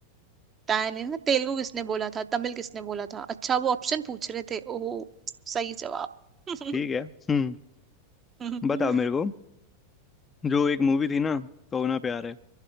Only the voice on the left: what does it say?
ठीक है हम्म
बताओ मेरे को जो एक मूवी थी ना कहो ना प्यार है